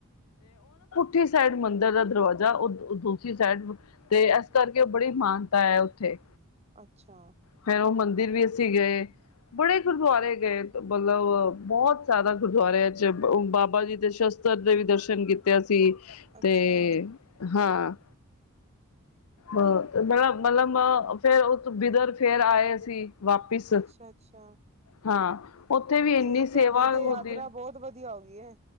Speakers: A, on the left; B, on the right.
A: ਉਠੀ ਸਾਈਡ ਮੰਦਿਰ ਦਾ ਦਰਵਾਜ਼ਾ ਉਹ ਦੂਸਰੀ ਸਾਈਡ ਤੇ ਇਸ ਕਰਕੇ ਬੜੀ ਮਾਨਤਾ ਐ ਉੱਥੇ
B: ਅੱਛਾ
A: ਫੇਰ ਉਹ ਮੰਦਿਰ ਵੀ ਅਸੀਂ ਗਏ। ਬੜੇ ਗੁਰਦੁਆਰੇ ਗਏ ਮਤਲਬ ਬਹੁਤ ਜ਼ਿਆਦਾ ਗੁਰਦੁਆਰਿਆਂ ਚ ਬਾਬ ਬਾਬਾ ਜੀ ਦੇ ਸ਼ਸਤਰ ਦੇ ਵੀ ਦਰਸ਼ਨ ਕੀਤੇ ਅੱਸੀ
B: ਅੱਛਾ
A: ਤੇ, ਹਾਂ। ਹਾਂ, ਤੇ ਮਤਬ-ਮਤਲਬ ਫੇਰ ਉਹ ਬਿਦਰ ਫੇਰ ਆਏ ਸੀ। ਵਾਪਿਸ,
B: ਅੱਛਾ ਅੱਛਾ
A: ਹਾਂ। ਉੱਥੇ ਵੀ
B: ਤੇ
A: ਇੰਨੀ ਸੇਵਾ
B: ਤੁਹਾਡੀ ਤੇ
A: ਹੁੰਦੀ
B: ਯਾਤਰਾ ਬਹੁਤ ਵਧੀਆ ਹੋ ਗਈ ਏ।